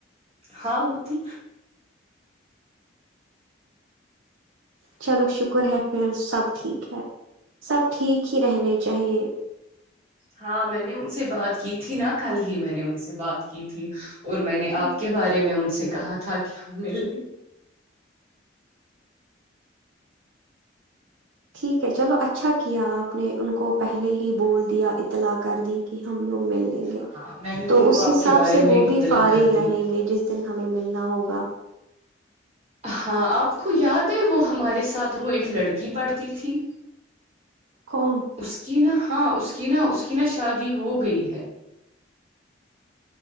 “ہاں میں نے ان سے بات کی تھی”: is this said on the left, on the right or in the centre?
Right